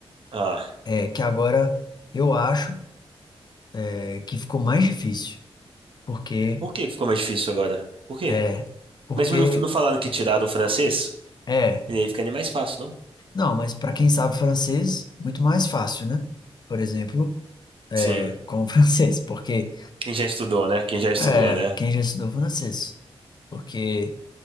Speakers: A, on the right; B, on the left.
A: Ah,
B: é, que agora eu acho é, que ficou mais difícil. Porque
A: por que ficou mais difícil agora? Por quê?
B: é. Porque
A: Mas não, não falaram que tiraram o francês?
B: é.
A: E aí fica nem mais fácil, não?
B: Não, mas para quem sabe francês, muito mais fácil, né? Por exemplo,
A: Sim.
B: é, com o <laughs> francês. Porque
A: Quem já estudou, né? Quem já estudou,
B: é.
A: né?
B: Quem já estudou francês? Porque.